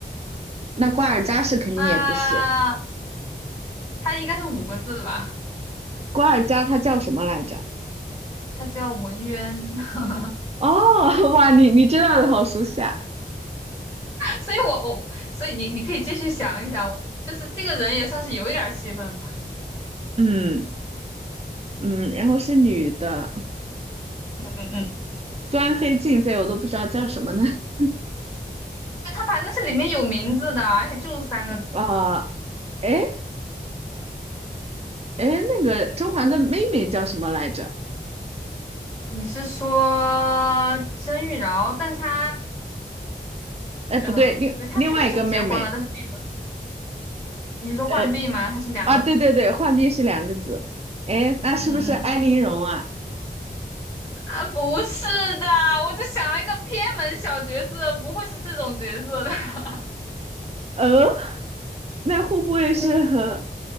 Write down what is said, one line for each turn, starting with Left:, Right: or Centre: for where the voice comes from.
Right: 那瓜尔佳是肯定也不是。
Left: 他他应该是五个字吧？
Right: 瓜尔佳她叫什么来着？
Left: 他叫文渊，<laughs>
Right: 哦，哇，你你知道的好熟悉啊。
Left: 所以我我所以你你可以继续想一想，就是这个人也算是有一点儿戏份吧。
Right: 嗯嗯，然后是女的，
Left: 嗯嗯嗯，
Right: 端妃、静妃我都不知道叫什么呢。<laughs>
Left: 他反正是里面有名字的，而且就是三个字的。
Right: 啊、诶哎哎，诶那个甄嬛的妹妹叫什么来着？
Left: 你是说甄玉娆？但是他
Right: 哎，不对，
Left: 呃，
Right: 另另外一个妹妹，
Left: 对，他确实结婚了，但是并不是。你是说浣碧吗？
Right: 呃
Left: 他是两个字。
Right: 啊，对对对，浣碧是两个字。哎，那是不是安陵容啊？
Left: 嗯嗯嗯。啊，不是的，我就想了一个偏门小角色，不会是这种角色的。<laughs>
Right: 呃，那会不会是和，
Left: 嗯，